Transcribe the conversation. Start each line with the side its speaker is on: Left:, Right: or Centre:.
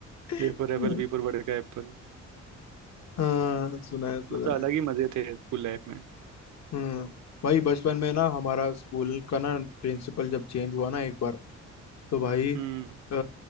Left: <laughs>
Right: ए फोर एप्पल B for बड़ का एप्पल
Left: हाँ सुना है सुना
Right: मतलब अलग
Left: है
Right: ही मजे थे स्कूल लाइफ में
Left: हम्म भाई बचपन में ना हमारा स्कूल का ना प्रिंसिपल जब चेंज हुआ ना एक बार तो भाई
Right: हम्म
Left: आ,